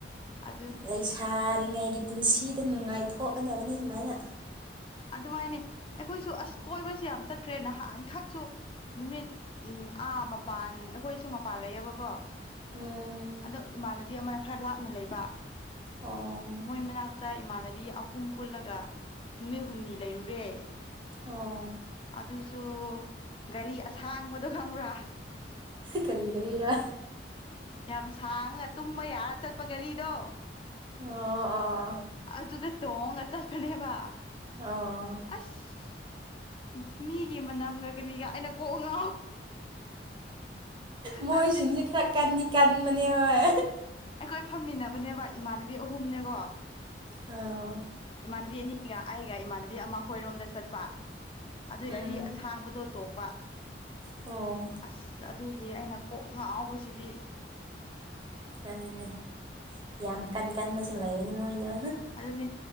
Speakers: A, on the left; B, on the right.
A: ꯑꯗꯨ
B: ꯂꯩꯁꯥꯔꯤꯉꯥꯏꯒꯤ ꯄꯨꯟꯁꯤꯗ ꯅꯨꯡꯉꯥꯏꯊꯣꯛꯀꯗꯕꯅꯤ ꯁꯨꯃꯥꯏꯅ
A: ꯑꯗꯨꯃꯥꯏꯅꯦ ꯑꯩꯈꯣꯏꯁꯨ ꯑꯁ ꯀꯣꯏꯕꯁꯨ ꯌꯥꯝ ꯆꯠꯈ꯭ꯔꯦ ꯅꯍꯥꯟꯈꯛꯁꯨ ꯅꯨꯃꯤꯠ ꯎ ꯑꯥ ꯃꯄꯥꯟ ꯑꯩꯈꯣꯏꯁꯨ ꯃꯄꯥꯟ ꯂꯩꯌꯦꯕꯀꯣ
B: ꯎꯝ
A: ꯑꯗꯣ ꯏꯃꯥꯟꯅꯕꯤ ꯑꯃꯅ ꯈꯔ ꯂꯥꯞꯅ ꯂꯩꯕ
B: ꯑꯣ
A: ꯃꯣꯏ ꯃꯅꯥꯛꯇ ꯇ ꯏꯃꯥꯟꯅꯕꯤ ꯑꯍꯨꯝ ꯄꯨꯜꯂꯒ ꯅꯨꯃꯤꯠ ꯍꯨꯝꯅꯤ ꯂꯩꯔꯨꯔꯦ
B: ꯑꯣ
A: ꯑꯗꯨꯁꯨ ꯒꯥꯔꯤ ꯑꯁꯥꯡꯕꯗꯣ ꯈꯪꯕ꯭ꯔꯥ
B: ꯀꯔꯤ ꯀꯔꯤꯔ
A: ꯌꯥꯝ ꯁꯥꯡꯉ ꯇꯨꯝꯕ ꯌꯥꯔ ꯆꯠꯄ ꯒꯥꯔꯤꯗꯣ
B: ꯑ ꯑꯥ
A: ꯑꯗꯨ ꯑꯗꯨꯗ ꯇꯣꯡꯉ ꯑ ꯆ ꯀꯅꯦꯦꯕ
B: ꯑꯣ
A: ꯑꯁ ꯎ ꯃꯤꯒꯤ ꯃꯅꯝꯒ ꯀꯔꯤꯒ ꯑꯩꯅ ꯀꯣꯛꯉ
B: ꯃꯣꯏꯁꯤꯡꯁꯦ
A: ꯍꯥꯏꯕꯗꯤ
B: ꯈꯔ ꯀꯟꯗꯤ ꯀꯟꯕꯅꯦ ꯍꯣꯏ
A: ꯑꯩꯈꯣꯏ ꯐꯝꯃꯤꯟꯅꯕꯅꯦꯕ ꯏꯃꯥꯟꯅꯕꯤ ꯑꯍꯨꯝꯅꯦꯀꯣ
B: ꯑꯥꯎ
A: ꯏꯃꯥꯟꯅꯕꯤ ꯑꯅꯤꯒ ꯑꯩꯒ ꯏꯃꯥꯟꯅꯕꯤ ꯑꯃ ꯑꯩꯈꯣꯏꯔꯣꯝꯗ ꯆꯠꯄ ꯑꯗꯨ
B: ꯎꯝ
A: ꯌꯥꯔꯤ ꯑꯁꯥꯡꯕꯗꯣ ꯇꯣꯡꯕ
B: ꯑꯣ
A: ꯑꯁ ꯑꯗꯨꯒꯤ ꯑꯩꯅ ꯀꯣꯛ ꯉꯥꯎꯕꯁꯤꯗꯤ
B: ꯑꯗꯨꯅꯦ ꯌꯥꯝ ꯀꯟ ꯀꯟꯕꯁꯨ ꯂꯩꯕꯅꯤ ꯃꯣꯏꯗꯣ
A: ꯑꯗꯨ ꯑꯗꯨꯅꯅꯦ